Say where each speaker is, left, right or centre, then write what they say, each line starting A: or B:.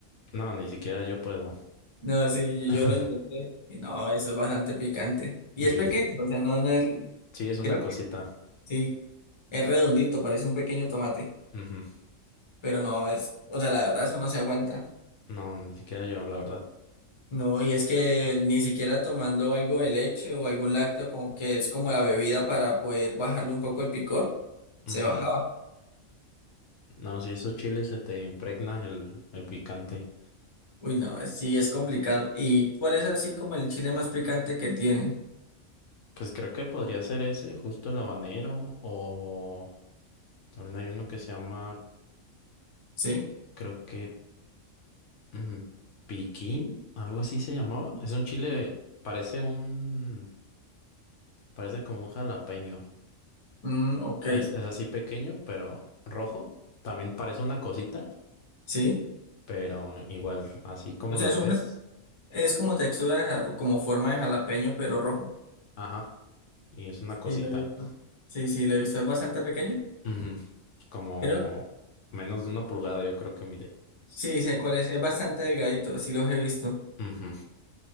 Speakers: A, on the left; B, on the left.
A: no, ni siquiera yo puedo.
B: No, sí,
A: <laughs>
B: yo lo intenté y no, eso es bastante picante. Y
A: Sí,
B: es pequeño, o sea, no, no es,
A: sí, es una
B: creo que
A: cosita.
B: sí, es redondito, parece un pequeño tomate,
A: Ujú.
B: pero no, es, o sea, la verdad eso no se aguanta.
A: No, ni siquiera yo, la verdad.
B: No, y es que ni siquiera tomando algo de leche o algún lácteo como que es como la bebida para poder bajarle un poco el picor, se
A: Ujú.
B: bajaba.
A: No, si esos chiles se te impregna el, el picante.
B: Uy, no, es- sí, es complicado. ¿Y cuál es así como el chile más picante que tienen?
A: Pues creo que podría ser ese, justo el habanero, o también hay uno que se llama,
B: ¿Sí?
A: creo que ujú, piquín, algo así se llamaba. Es un chile, parece un, parece como un jalapeño.
B: Mm, ok,
A: Es, es así pequeño, pero rojo. También parece una cosita,
B: sí.
A: pero igual, así como
B: O sea,
A: lo
B: es
A: ves,
B: un, Es como textura, de ja- como forma de jalapeño, pero rojo.
A: ajá, y es una
B: Sí,
A: cosita.
B: lo he visto. Sí, sí, lo he visto. Es bastante pequeño.
A: Ujú. Como
B: Creo.
A: menos de una pulgada, yo creo que mide.
B: Sí, sé cuál es. Es bastante delgadito. Sí, los he visto.
A: Ujú.